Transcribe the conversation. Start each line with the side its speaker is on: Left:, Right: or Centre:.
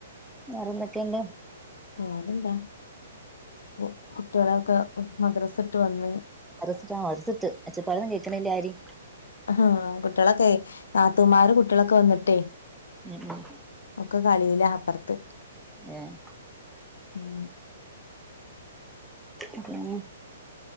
Centre: വേറെന്തെക്കെണ്ട്
Left: വേറന്താ കു കുട്ടേളക്കെ മദ്രസട്ട് വന്ന്
Centre: അരസ്റ്റാൾസ്ട്ട് എച്ചപ്പാടന്നും കേക്ക്ണില്ലേ ആരിം
Left: അഹാ കുട്യോളക്കയ് നാത്തൂമാര് കുട്യോളക്കെ വന്ന്ട്ടെയ്
Centre: ഉം ഉം
Left: ഒക്ക കളിലാ അപ്പർത്ത്
Centre: ഏഹ്
Left: ഉം
Centre: ഉം